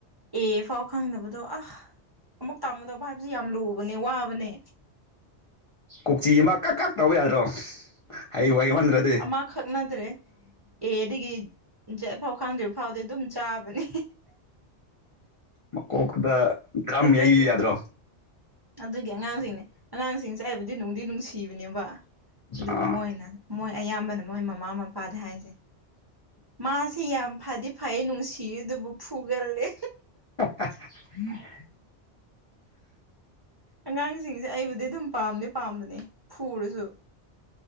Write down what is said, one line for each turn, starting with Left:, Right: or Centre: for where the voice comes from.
Right: ꯑꯦ ꯐꯥꯎ ꯈꯪꯗꯕꯗꯣ ꯑꯁ ꯑꯃꯨꯛ ꯇꯥꯃꯨꯗꯕ ꯍꯥꯏꯕꯁꯨ ꯌꯥꯝ ꯂꯨꯕꯅꯦ ꯋꯥꯕꯅꯦ
Left: ꯀꯣꯛꯆꯤ ꯑꯃ ꯀꯛ ꯀꯛ ꯇꯧ ꯌꯥꯗ꯭ꯔꯣ ꯍꯩꯕꯨ ꯍꯩꯃꯟꯗꯔꯗꯤ
Right: ꯑꯃ ꯈꯛꯅꯗ꯭ꯔꯦ ꯑꯦ ꯑꯗꯨꯗꯒꯤ ꯖꯠ ꯐꯥꯎ ꯈꯪꯗ꯭ꯔꯤꯕ ꯐꯥꯎꯗꯤ ꯑꯗꯨꯝ ꯆꯥꯕꯅꯤ
Left: ꯃꯀꯣꯛꯇ ꯗ꯭ꯔꯝ
Right: ꯑꯗꯨꯒꯤ
Left: ꯌꯩꯕꯤꯕ ꯌꯥꯗ꯭ꯔꯣ
Right: ꯑꯗꯨꯒꯤ ꯑꯉꯥꯡꯁꯤꯡꯅꯦ ꯑꯉꯥꯡꯁꯤꯡꯁꯦ ꯑꯩꯕꯨꯗꯤ ꯅꯨꯡꯗꯤ ꯅꯨꯡꯁꯤꯕꯅꯦꯕ ꯑꯗꯨꯕꯨ
Left: ꯑꯥ
Right: ꯃꯣꯏꯅ ꯃꯣꯏ ꯑꯌꯥꯝꯕꯅ ꯃꯣꯏ ꯃꯃꯥ ꯃꯄꯥꯗ ꯍꯥꯏꯁꯦ ꯃꯥꯁꯤ ꯌꯥꯝ ꯐꯗꯤ ꯐꯩ ꯅꯨꯡꯁꯤꯌ‌ꯦ ꯑꯗꯨꯕꯨ ꯐꯨꯒꯜꯂꯦ
Left: ꯎꯝ <unintelligible>
Right: ꯑꯉꯥꯡꯁꯤꯡꯁꯦ ꯑꯩꯕꯨꯗꯤ ꯑꯗꯨꯝ ꯄꯥꯝꯗꯤ ꯄꯥꯝꯕꯅꯦ ꯐꯨꯔꯁꯨ